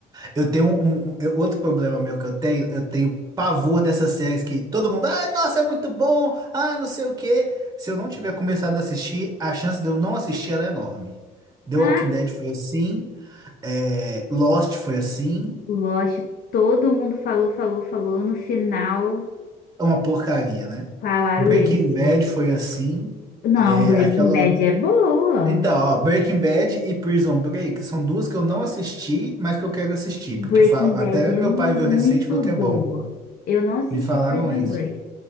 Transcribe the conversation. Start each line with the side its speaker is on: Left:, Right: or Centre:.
Right: Eu tenho um, um- um, eu- outro problema meu que eu tenho, eu tenho pavor dessas séries que todo mundo, ah, nossa, é muito bom, ah, não sei o quê. Se eu não tiver começado a assistir, a chance de eu não assistir ela é enorme. The
Left: <laughs>
Right: Walking Dead foi assim, é, Lost foi assim,
Left: O Lost, todo mundo falou, falou, falou. No final,
Right: é uma porcaria, né?
Left: falaram
Right: Breaking
Left: isso.
Right: Bad foi assim,
Left: Não,
Right: é,
Left: Breaking
Right: aquela
Left: Bad
Right: outra.
Left: é boa.
Right: Então, ó, Breaking Bad e Prison Break são duas que eu não assisti, mas que eu quero assistir,
Left: Breaking
Right: porque fa-
Left: Bad
Right: até
Left: é
Right: meu
Left: muito
Right: pai viu recente e falou que
Left: boa.
Right: é bom.
Left: Eu não assisti
Right: Me falaram
Left: Prison
Right: isso.
Left: Break,